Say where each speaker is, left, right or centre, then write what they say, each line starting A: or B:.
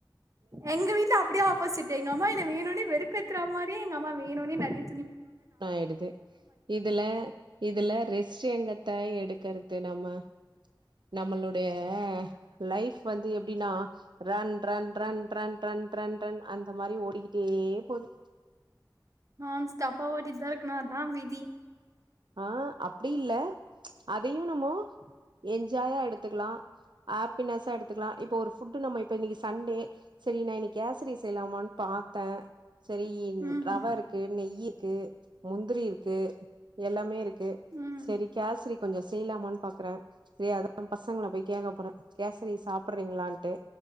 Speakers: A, on the right (about 45°); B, on the right (about 80°).
A: எங்க வீட்டுல அப்படியே ஆப்போசிட் எங்க அம்மா என்ன வேணுன்னு வெறுப்பேத்துற மாதிரி எங்க அம்மா வேணுன்னு நிறைய
B: ஆயிடுது இதுல இதுல ரேஸ் சிங்கத்தை எடுக்கறது நம்ம நம்மளுடைய லைஃப் வந்து எப்படின்னா run run run run run run அந்த மாதிரி ஓடிக்கிட்டே போகுது
A: நான்ஸ்டாப்பா ஓடிட்டுதா இருக்கணு அதா விதி
B: ஆ அப்படி இல்ல அதையும் நம்ம என்ஜாயா எடுத்துக்கலா ஹாப்பினஸா எடுத்துக்கலா இப்ப ஒரு ஃபுட்டு் நம்ம இப்ப இன்னைக்கு சண்டே சரி நான் இன்னைக்கு கேசரி செய்யலாமான்னு பாத்தே செரி
A: ம்
B: ரவை இருக்கு நெய் இருக்கு முந்திரி இருக் க்கு எல்லாமே இருக் க்கு
A: ம்
B: செரி கேசரி கொஞ்சோ செய்யலாமான்னு பாக்றே செரி அத பசங்கள போய் கேக்க போறேன் கேசரி சாப்பிடறீங்களான்ட்டு